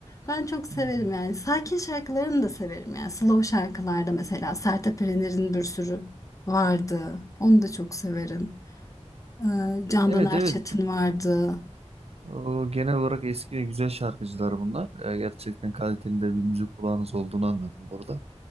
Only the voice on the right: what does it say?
Hmm.
Evet
evet.
O, genel olarak eski ve güzel şarkıcılar bunlar. Ee, gerçekten kaliteli de bir müzik kulağınız olduğunu anladım burada.